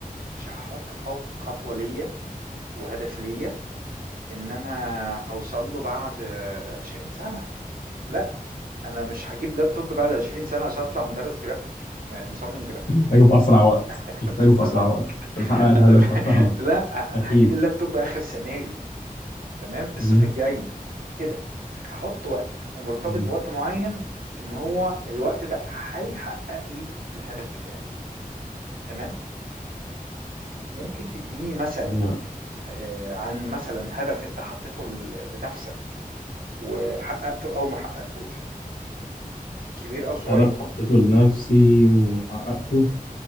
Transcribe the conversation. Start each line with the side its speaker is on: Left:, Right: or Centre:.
Right: مش هحط خط خطوة ليا وهدف ليا ان انا هوصل له بعد 20 سنة لا انا مش هجيب لابتوب بعد 20 سنة عشان اطلع مدرس جرافيك يعني مصمم جرافيك
Left: محتاجه في اسرع وقت
Right: <laughs>
Left: محتاجه
Right: بالظبط
Left: في اسرع وقت عشان احقق الهدف
Right: انا لا,
Left: فاهمك
Right: لا انا
Left: أكيد
Right: هجيب اللابتوب اخر السنة دي تمام الصيف
Left: مم.
Right: الجاي كده هحط وقت ومرتبط
Left: مم.
Right: بوقت معين ان هو الوقت ده هيحقق لي الهدف بتاعي تمام ممكن تديني مثل
Left: يعني
Right: آه، عن مثلا هدف انت حطيته ل- لنفسك وحققته او ما حققتهوش كبير او صغير
Left: هدف حطيته لنفسي وحققته